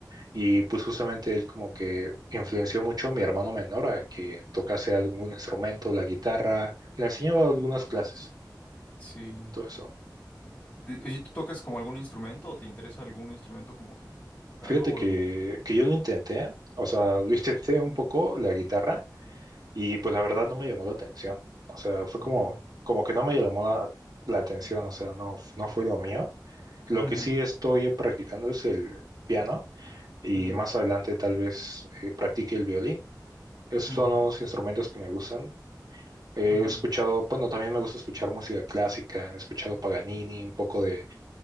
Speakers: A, on the right (about 60°); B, on the left (about 20°).
A: y pues justamente él como que influenció mucho a mi hermano menor a que tocase algún instrumento, la guitarra, le enseñaba algunas clases
B: Sí.
A: todo eso.
B: ¿Y y tú tocas como algún instrumento o te interesa algún instrumento como que tocarlo
A: Fíjate
B: o
A: que,
B: algo?
A: que yo lo intenté, o sea, lo intenté un poco la guitarra y pues la verdad no me llamó la atención. O sea, fue como,
B: Ujú,
A: como que no me llamó la, la atención, o sea, no, no fue lo mío. Lo
B: ujú,
A: que sí estoy practicando es el piano y
B: ujú,
A: más adelante tal vez eh, practique el violín. Esos
B: ujú,
A: son los instrumentos que me gustan. He
B: ujú.
A: escuchado, bueno, también me gusta escuchar música clásica, he escuchado Paganini, un poco de